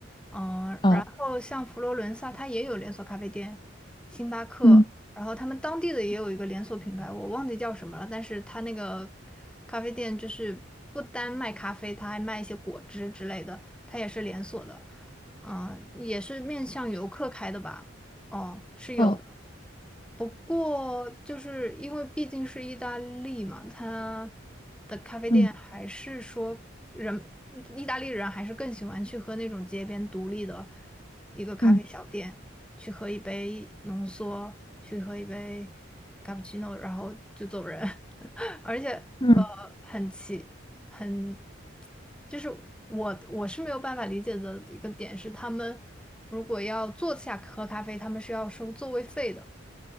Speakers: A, in the centre; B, on the left (about 25°).
A: 嗯、
B: 哦，
A: 然后像佛罗伦萨，它也有连锁咖啡店，星巴克，
B: 嗯，
A: 然后他们当地的也有一个连锁品牌，我忘记叫什么了，但是它那个咖啡店就是不单卖咖啡，它还卖一些果汁之类的，它也是连锁的，嗯、也是面向游客开的吧。
B: 是不是
A: 哦，是有的，
B: 哦，
A: 不过就是因为毕竟是意大利嘛，它的咖啡店还是说人，
B: 嗯
A: 意大利人还是更喜欢去喝那种街边独立的一个咖啡小店，
B: 嗯
A: 去喝一杯浓缩，去喝一杯 cappuccino，然后就走人。<laughs> 而且呃，
B: 嗯。
A: 很奇，很，就是我我是没有办法理解的一个点是，他们如果要坐下喝咖啡，他们是要收座位费的。